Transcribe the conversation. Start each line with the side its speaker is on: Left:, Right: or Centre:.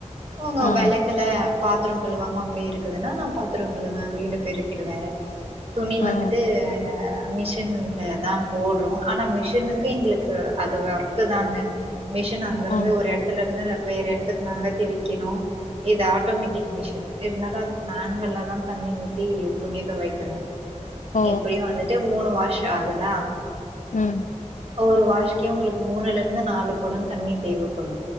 Right: அவுங்க
Left: ஆ
Right: வெலக்கல பாத்திரம் கழுவாம அப்டியே இருக்குதுன்னா நான் பாத்திரம் கழுவுவேன் வீடு பெருக்கிடுவேன் துணி
Left: ஆ
Right: வந்துட்டு அ மிஷின்ல தான் போடுறோம் ஆனா மிஷினுக்கு எங்களுக்கு அது ஒர்க்கு தாங்க மிஷின் அங்கிருந்து
Left: ஆ
Right: ஒரு இடத்துல இருந்து வேற இடத்துக்கு நகத்தி வைக்கணு இது ஆட்டோமேட்டிக் மிஷின் இருந்தாலும் அதுக்கு மேனுவலா தண்ணி ஊத்தி துணி துவைய்க்கனு
Left: ஓ
Right: எப்டியு அது ட்டு மூணு வாஷ் ஆகுதா
Left: ம்
Right: ஒரு வாஷ்க்கே உங்களுக்கு மூணுல இருந்து நாலு கொடோ தண்ணி தேவப்படு